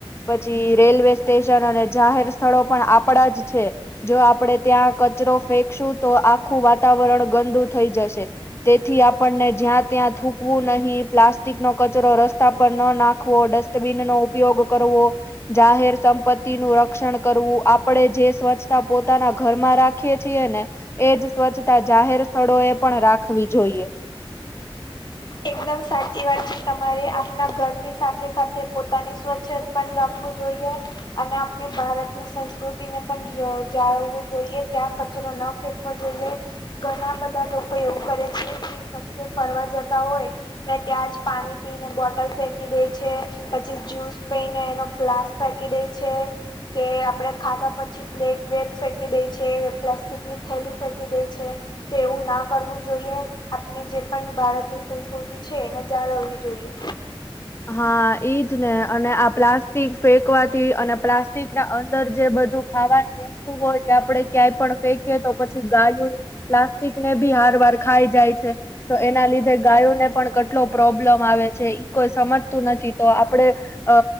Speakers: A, on the left; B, on the left.
A: પછી રેલવે સ્ટેશન અને જાહેર સ્થળો પણ આપડા જ છે. જો આપડે ત્યાં કચરો ફેંકશું તો આખું વાતાવરણ ગંદુ થઈ જશે. તેથી આપણને જ્યાં ત્યાં થૂકવું નહી. પ્લાસ્ટિક નો કચરો રસ્તા પર ન નાખવો ડસ્ટબીન નો ઉપયોગ કરવો. જાહેર સંપત્તિ નું રક્ષણ કરવું આપણેે જે સ્વચ્છતા પોતાના ઘરમાં રાખે. રાખીએ છીએ ને એજ સ્વચ્છતા જાહેર સ્થળો એ પણ રાખવી જોઈએ.
B: એકદમ સાચી વાત છે તમારે આપણા ઘરની સાથે સાથે પોતાની સ્વચ્છ પણ રાખવું જોઈએ. અને આપણે ભારતની સંસ્કૃતિને પણ જાળવવું જોઈએ ત્યાં કચરો ન ફેંક જોઈએ ઘણા બધા લોકો એવું કરે છે કે ક ફરવા જતા હોય. ને ત્યાં જ પાણી પી ને બોટલ ફેંકી દે છે. પછી જ્યુસ પૈને એનો ગ્લાસ પેકી દે છે. કે આપણે ખાધા પછી પ્લેટ વેટ ફેંકી દઈ છે પ્લાસ્ટિકની થેલી ફેંકી દે છે. તો એવું ના કરવું જોઈએ આપણે જે પણ ભારતની સંસ્કૃતિ છે એને જાળવવી જોઈએ.
A: હા ઈજ ને અને આ પ્લાસ્ટિક ફેંકવાથી અને પ્લાસ્ટિક ના અંદર જે બધું. ખાવાની વસ્તુ હોય આપડે ક્યાંય પણ ફેંકીએ તો પછી ગાય. પ્લાસ્ટિકને ભી હાર વાર ખાઈ જાય છે. તો એના લીધે ગાયોને પણ કેટલો પ્રોબ્લમ આવે છે કોઈ સમજતું નથી તો આપડે. અ